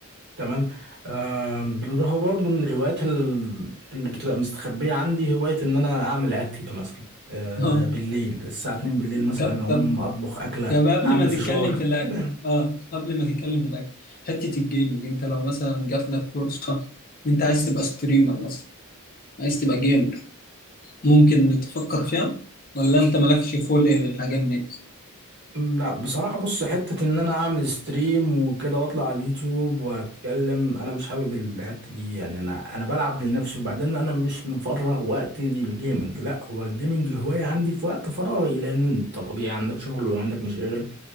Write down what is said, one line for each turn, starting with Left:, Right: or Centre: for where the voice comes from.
Right: تمام آه، بالاضافه برضو من الهوايات ال- اللي بتبقى مستخبيه عندي هوايه ان انا اعمل اكل مثلا آه،
Left: <laughs> آه.
Right: بالليل الساعه 2 بالليل
Left: طب
Right: مثلا اقوم
Left: طب
Right: اطبخ اكله
Left: طب قبل
Right: اعمل
Left: ما تتكلم
Right: فشار
Left: في الأكل
Right: كده يعني
Left: أه قبل ما تتكلم في الأكل حتة الجيمنج أنت لو مثلا جات لك فرصة أنت عايز تبقى ستريمر مثلا عايز تبقى جيمر ممكن نتفكر فيها ولا انت مالكش خلق للحاجات دي
Right: لا بصراحة بص حتة ان انا اعمل ستريم وكده واطلع على اليوتيوب واتكلم انا مش حابب الحتة دي يعني انا انا بلعب لنفسي وبعدين انا مش مفرغ وقتي للجيمنج لا هو الجيمنج هواية عندي في وقت فراغي لان انت طبيعي عندك شغل وعندك مشاغل